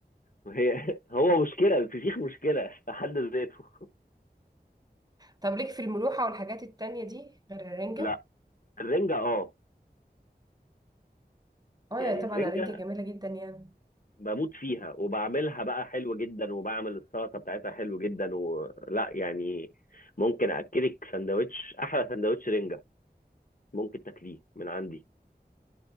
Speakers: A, on the left (about 55°); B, on the right (about 25°).
A: هي <laughs> هو مشكله الفسيخ مشكله في حد ذاته
B: طب ليك في الملوحه والحاجات التانية دي غير الرنجه
A: لا الرنجه اه
B: اه
A: يعني
B: يا طبعا
A: الرنجه
B: الرنجه جميله جدا يعني
A: بموت فيها وبعملها بقى حلو جدا وبعمل السلطه بتاعتها حلو جدا ولا يعني ممكن اكلك سندوتش احلى سندوتش رنجه ممكن تاكليه من عندي